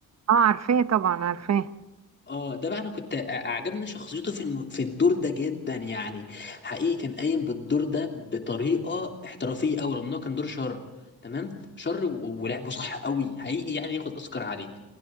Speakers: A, on the right; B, on the left.
A: اه عارفاه طبعا عارفاه
B: اه ده بقى انا كنت ع- عجبني شخصيته في الم... في الدور ده جدا يعني حقيقي كان قايم بالدور ده بطريقه احترافيه قوي رغم انه كان دور شر تمام شر و... ولعبه صح قوي حقيقي يعني ياخد اوسكار عليه